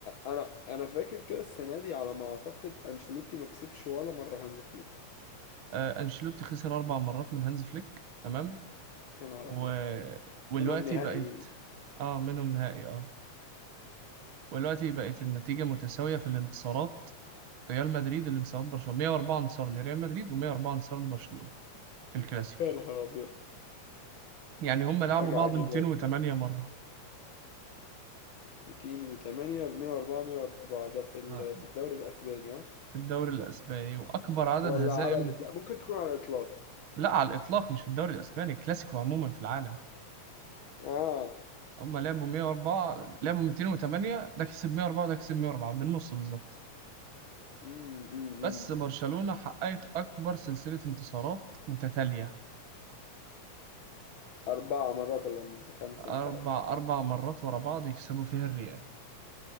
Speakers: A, on the left (about 55°); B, on the right (about 55°).
A: انا انا فاكر كده السنه دي على ما اعتقد انشيلوتي ما كسبش ولا مره هانز فليك
B: آه انشيلوتي خسر اربع مرات من هانز فليك تمام
A: يا نهار
B: و...
A: أبيض
B: والوقتي
A: منهم نهائي
B: بقت اه منهم نهائي اه والوقتي بقت النتيجة متساوية في الانتصارات ريال مدريد الانتصارات برشلونة 104 انتصار لريال مدريد و104 انتصار لبرشلونة في الكلاسيكو
A: يا نهار أبيض
B: يعني هم لعبوا
A: حاجة
B: بعض
A: عجيبة
B: 208 مرة
A: 208 ب 104 104 ده في ال-
B: آه.
A: في الدوري الأسباني ها
B: في الدوري الأسباني وأكبر عدد
A: ولا
B: هزائم
A: على الإطلاق ممكن تكون على الإطلاق
B: لا على الإطلاق مش في الدوري الأسباني الكلاسيكو عموما في العالم
A: آه
B: هم لعبوا 104 لعبوا 208 ده كسب 104 ده كسب 104 بالنص بالظبط
A: أمم أمم أمم.
B: بس برشلونة حققت أكبر سلسلة انتصارات متتالية
A: أربعة مرات ولا خمسة
B: أربع
A: مش عارف
B: أربع مرات ورا بعض يكسبوا فيها الريال